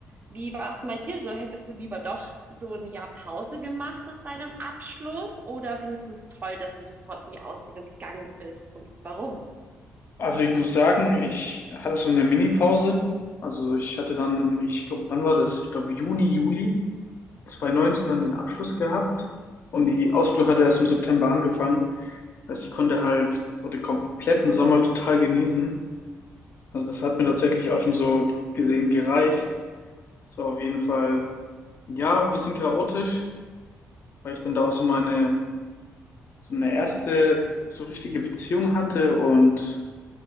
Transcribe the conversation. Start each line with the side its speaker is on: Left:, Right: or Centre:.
Right: Wie war es denn bei dir so? Hättest du lieber doch so ein Jahr Pause gemacht nach deinem Abschluss oder findest du es toll, dass du sofort in die Ausbildung gegangen bist und warum?
Left: Also ich muss sagen, ich hatte so eine Mini-Pause. Also ich hatte dann, im- ich glaube, wann war das? Ich glaube Juni, Juli 2019 dann den Abschluss gehabt. Und die Ausbildung hatte erst im September angefangen. Das heißt, ich konnte halt so den kompletten Sommer total genießen. Also das hat mir tatsächlich auch schon so gesehen gereicht. Es war auf jeden Fall, ja, ein bisschen chaotisch, weil ich dann da auch so meine so eine erste so richtige Beziehung hatte und